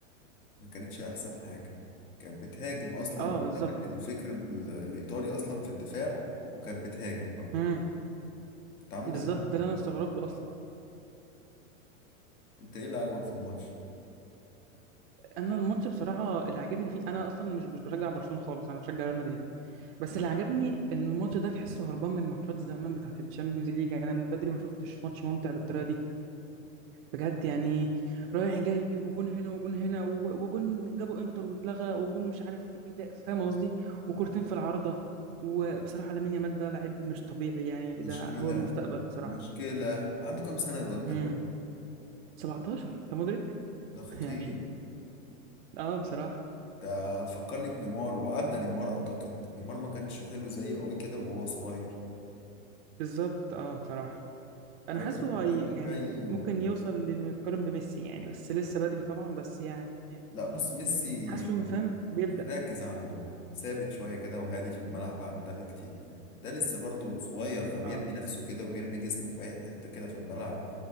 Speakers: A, on the left (about 80°); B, on the right (about 45°).
A: ما كانتش احسن حاجه كانت بتهاجم اصلا
B: اه بالظبط
A: ثابت الفكر ال- الايطالي اصلا في الدفاع وكانت بتهاجم برضو
B: امم
A: كانت عامله
B: بالظبط
A: هجمات
B: ده
A: حلوة
B: اللي انا استغربته
A: بصراحة.
B: اصلا
A: انت ايه اللي عجبك في الماتش
B: انا الماتش بصراحه اللي عجبني فيه انا اصلا مش مش بشجع برشلونه خالص انا بشجع ريال مدريد بس اللي عجبني ان الماتش ده تحسه هربان من ماتشات زمان بتاعه الشامبيونز ليج يعني انا من بدري ما شفتش ماتش ممتع بالطريقه دي بجد يعني رايح جاي وجون هنا وجون هنا و- وجون جابوا انتر واتلغى وجون مش عارف ايه تا- فاهم قصدي وكورتين في العارضة وبصراحة لامين يامال ده لعيب مش طبيعي يعني
A: مشكله
B: ده هو المستقبل بصراحة
A: مشكله عنده كام سنه الواد ده
B: امم 17 انت مدرك
A: ده خطير
B: <laughs> يعني اه بصراحة
A: ده فكرني بنيمار وعدى نيمار اعتقد نيمار ما كانش حلو زيه قوي كده وهو صغير
B: بالظبط اه بصراحة انا
A: الواد
B: حاسه
A: ده
B: هي يعني
A: كي و...
B: ممكن يوصل لانه يتقارن بميسي يعني بس لسه بدري طبعا بس يعني
A: لا بص ميسي
B: حاسه فاهم بيبدأ
A: راكز عنده ثابت شوية كده وهادي في الملعب عن ده بكتير ده لسه برضه صغير فبيرمي
B: اه
A: نفسه كده وبيرمي جسمه في أي حتة كده في الملعب